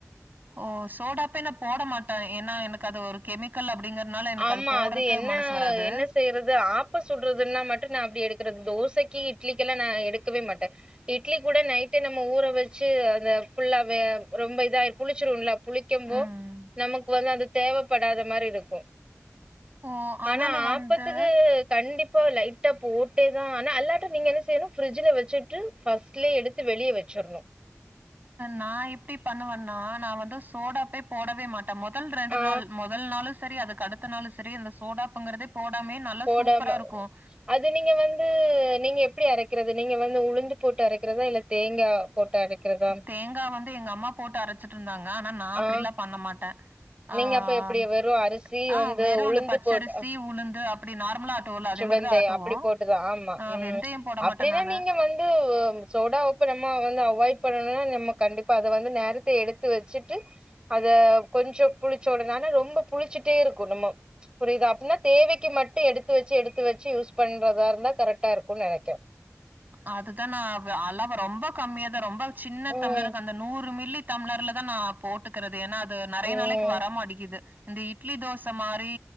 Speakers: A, on the right; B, on the right.
A: ஓ சோடா உப்பே நா போட மாட்டேன் ஏன்னா எனக்கு அது ஒரு கெமிக்கல் அப்படிங்கிறனால எனக்கு
B: ஆமா
A: போடுறக்கு
B: அது என்ன
A: மனசு வராது.
B: என்ன செய்யிறது ஆப்ப சூடுறதுன்னா மட்டும் நா அப்படி எடுக்குறது தோசை சைக்கி இட்லிகெல்லாம் நா எடுக்கவே மாட்டேன் இட்லி கூட நைட் நம்ம ஊற வச்சு அந்த ஃபுல்லாவே ரொம்ப இதா புளிச்சிரும்ல புளிக்கும்போ
A: ம்
B: நமக்கு வந்து அது தேவைப்படாத மாதிரி இருக்கும்
A: ஓ ஆனாலு
B: ஆனா
A: வந்து
B: ஆப்பத்துக்கு கண்டிப் உப்ப லைட்டா போட்டே தான் ஆனா அல்லாட்ட நீங்க என்ன செய்யணும் ப்ரிஜ்ல வச்சிட்டு ஃபர்ஸ்ட்லே எடுத்து வெளியே வச்சு சரிதான்
A: நா எப்படி பண்ணுவேன்னா நான் வந்து இந்த சோடா உப்பே போடவே மாட்டேன் முதல் ரெண்டு
B: ஆ
A: நாள் முதல் நாளும் செரி அதுக்கு அடுத்த நாள் செரி அந்த சோடாப்புங்குறதே நல்லா
B: போடாம
A: சூப்பரா இருக்கும்
B: அது நீங்க வந்து நீங்க எப்படி அரைக்கிறது நீங்க வந்து உளுந்து போட்டு அரைக் கிறதா இல்ல தேங்கா போட்டு அரைக்கிறதா
A: தேங்கா வந்து எங்க அம்மா போட்டு அரைச்சிட்டு இருந்தாங்க ஆனா நா அப்படிலாம்
B: ஆ
A: பண்ண மாட்டேன் ஆஹ்
B: நீங்க அப்ப எப்டி வெறு அரிசி
A: ஆஹ்
B: வந்து
A: ஆ வெறும்
B: உளுந்து
A: அந்த பச்சரிசி
B: போட்
A: உளுந்து அப்படி நார்மலா ஆட்டுவோல அதே மாரிதா
B: வெந்தையம்
A: ஆட்டுவோ
B: அப்படி போட்டுதான் ஆமா
A: ஆ
B: உம்
A: வெந்தயம் போட
B: அப்படின்னா
A: மாட்டே நானு
B: நீங்க வந்து சோடா உப்பு நம்ம வந்து அவாய்ட் பண்ணும்னா நம்ம கண்டிப்பா அதை வந்து நேரத்தை எடுத்து வச்சுட்டு அத கொஞ்சம் புளிச்ச உடனே ரொம்ப புளிச்சுட்டே இருக்கும் நம்ம புரியுதா அப்டின்னா தேவைக்கு மட்டும் எடுத்து வச்சு எடுத்து வச்சி யூஸ் பண்றதா இருந்தா கரெக்டா இருக்கும் நினைக்கேன்
A: அதுதான் நா அளவா ரொம்ப கம்மியா தான் ரொம்ப சின்ன
B: ம்
A: டம்ளருக்கு அந்த நூறு மில்லி டம்ளர்ல தான் நா போட்டுக்கிறதே ஏன்னா அது நெறைய
B: ம்
A: நாளைக்கு வரமடிக்குது இந்த இட்லி தோசை மாரி